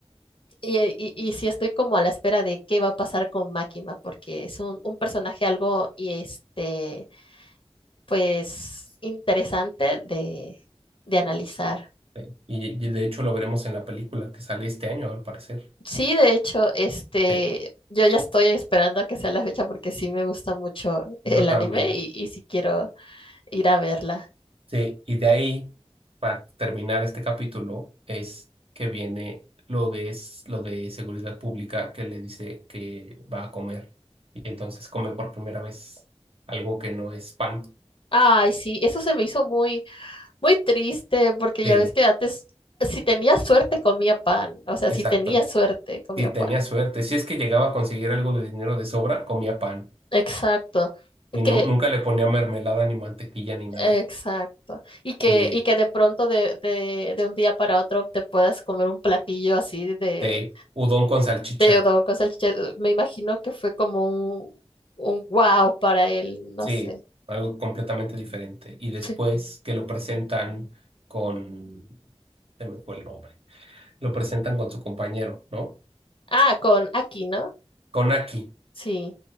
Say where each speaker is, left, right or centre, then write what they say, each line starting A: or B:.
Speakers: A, on the left; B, on the right.
A: Y, y, y sí estoy como a la espera de qué va a pasar con Máquina, porque es un, un personaje algo y este, pues interesante de, de analizar.
B: Sí. Y, y de hecho lo veremos en la película que sale este año, al parecer.
A: Sí, de hecho, este,
B: Sí,
A: yo ya estoy esperando a que sea la fecha porque sí me gusta mucho el
B: yo también.
A: anime y, y sí quiero ir a verla.
B: Sí, y de ahí, para terminar este capítulo, es que viene lo de, s- lo de seguridad pública que le dice que va a comer. Y entonces come por primera vez algo que no es pan.
A: Ay, sí, eso se me hizo muy, muy triste porque
B: Sí,
A: ya ves que antes, si tenía suerte, comía pan. O sea,
B: exacto.
A: si tenía suerte, comía
B: Si tenía
A: pan.
B: suerte, si es que llegaba a conseguir algo de dinero de sobra, comía pan.
A: Exacto.
B: Y nu-
A: que
B: nunca le ponía mermelada, ni mantequilla, ni nada.
A: Exacto. Y que,
B: Y
A: y que de pronto de, de, de un día para otro te puedas comer un platillo así de,
B: de udón con salchicha.
A: de udon con salchicha. eh, Me imagino que fue como un, un wow para él, no
B: Sí,
A: sé.
B: algo completamente diferente. Y después
A: Sí.
B: que lo presentan con se me fue el nombre, lo presentan con su compañero, ¿no?
A: Ah, con aquí, ¿no?
B: Con Aki,
A: Sí.